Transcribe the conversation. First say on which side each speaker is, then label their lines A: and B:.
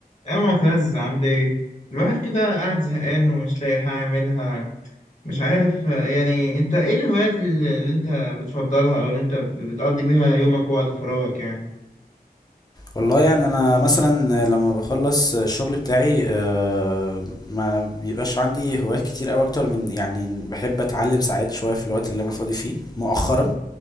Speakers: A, on the left; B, on the left.
A: يا معتز عامل ايه؟ الواحد كده قاعد زهقان ومش لاقي حاجة يعملها مش عارف آه، يعني انت ايه الهوايات اللي اللي انت بتفضلها او اللي انت بتقضي بيها يومك ووقت فراغك يعني؟
B: والله يعني انا مثلا لما بخلص الشغل بتاعي آه، ما بيبقاش عندي هوايات كتير قوي اكتر من يعني بحب اتعلم ساعات شويه في الوقت اللي انا فاضي فيه مؤخرا